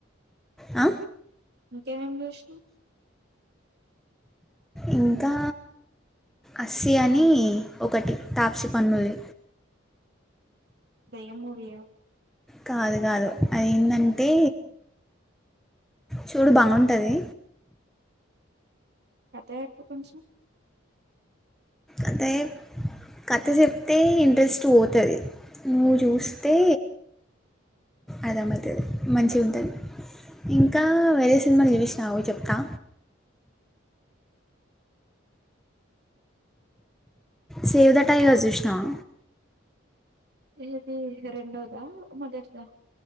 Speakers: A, in the centre; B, on the right (about 50°).
A: ఆ
B: ఇంకేమేమి చూసినవ్
A: ఇంకా అస్సిీ అని ఒకటి తాప్సి పన్నుది
B: దెయ్యం మూవీ ఎం
A: కాదు కాదు అదిేంటంటే చూడు బాగుంటది
B: కథ చెప్పు కొంచెం
A: అంటే కథ చెప్తే ఇంట్రెస్ట్ పోతది నువ్వు చూస్తే అర్థమౌతది మంచిగా ఉంటది ఇంకా వేరే సినిమా చూసినాగు చెప్తా సేవ్ ద టైగర్స్ చూసినవా
B: ఏది ఇది రెండోదా మొదటిదా